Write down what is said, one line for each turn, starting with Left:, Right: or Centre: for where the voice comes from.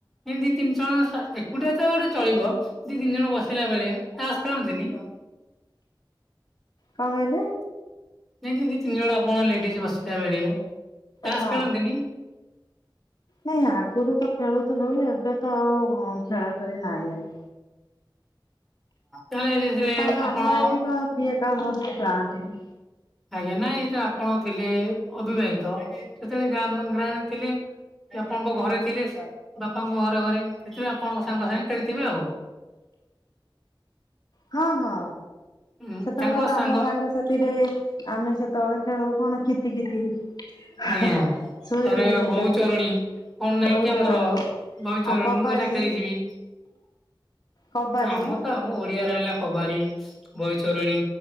Centre: ଏ ଦି ତିନି ଜଣ ଏକୁଟିଆ ତ ଗୋଟେ ଚଳିବ ଦି ତିନି ଜଣ ବସିଲା ବେଳେ ଟାସ୍ ଖେଳନ୍ତିନି।
Left: କଣ କହିଲେ?
Centre: ନାଇଁ ଦି ତିନି ଜଣ ଆପଣ ଲେଡିଜ ବସିଲା ବେଳେ ତାସ
Left: ହଁ
Centre: ଖେଳନ୍ତିନି
Left: ନାଇଁ ଆଗରୁ ତ ଖେଳୁଥୁଲୁ ଏବେ ତ ଆଉ ଆଉ ଖେଳା ଖେଳି ନାହିଁ ଆଉ
Centre: ତାହଲେ ଯେଥିରେ
Left: ତାପରେ
Centre: ଆପଣ
Left: ଆମର ଏଠି କଣ କିଏ କାହା ଘରକୁ ଯାଆନ୍ତିନି।
Centre: ଆଜ୍ଞା ନାଇଁ ଯେତେବେଳେ ଆପଣ ଥିଲେ ଅବିବାହିତ ସେତେବେଳେ ଗାମ ଗ୍ରାମେ ଥିଲେ। ଆପଣଙ୍କ ଘରେ ଥିଲେ ବାପାଙ୍କ ଘରେ ଘରେ ସେଥିପାଇଁ ଆପଣଙ୍କ ସାଙ୍ଗ ସାଙ୍ଗେ ଖେଳିଥିବେ ଆଉ।
Left: ହଁ ହଁ
Centre: ଉଁ
Left: ସେତେବେଳେ
Centre: ତାଙ୍କ
Left: ତ
Centre: ସାଙ୍ଗ
Left: ଆମ ସାଙ୍ଗସାଥିରେ ଆମେ ସେତବେଳେ ଖେଳୁ କଣ କିତି କିତି ହି ହି
Centre: ଆଜ୍ଞା
Left: ହି ଶୁଣିଥିବେ
Centre: ତାରେ
Left: ସେଇଟା।
Centre: ବୋହୁ ଚୋରଣୀ କଣ ନାହିଁ
Left: ବହୁ
Centre: କି ଆମର
Left: ଚୋରଣୀ
Centre: ବହିଚୋରଣୀ
Left: ଆଉ କବାଡି।
Centre: ମୁଁ ଏଇଟା ଖେଳିଯିବି
Left: କବାଡି
Centre: ଆମର ତ ଆମ ଓଡିଆ ର ହେଲା କବାଡି ବହିଚୋରଣୀ